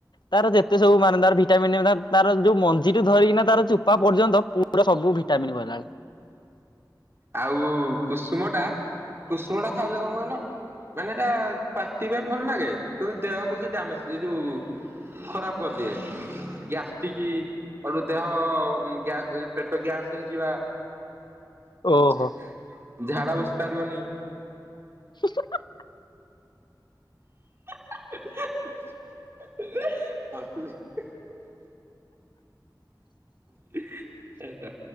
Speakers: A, on the left; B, on the right.
A: ତାର ଯେତେ ସବୁ ମାନେ ତାର ଭିଟାମିିନ ତାର ଯୋଉ ମଞ୍ଜି ଟୁ ଧରିକିନା ତାର ଚୁପା ପର୍ଯ୍ୟନ୍ତ ପୁରା ସବୁ ଭି ଟାମନ୍ ଗଲାଳ।
B: ଆଉ କୁସୁମ ଟା କୁସୁମ ଟା ଖାଇଲେ କଣ କହିଲ? ମାନେ ଏଟା ପାଟି ପାଇଁ ଭଲ ଲାଗେ ତୁ ଦେହକୁ ସେ ଡାମେଜ୍ ଏଯୋଉ ଖରାପ। କରିଦିଏ ଗ୍ୟାସ ଟିକ ଦେହ ଗ୍ୟା ପେଟ ଗ୍ୟାସ ହେଇଯିବା।
A: ଓହୋ
B: ଝା ଝାଡା ବସି ପାରିବନି।
A: <unintelligible>
B: <unintelligible> <unintelligible> ସେଟା।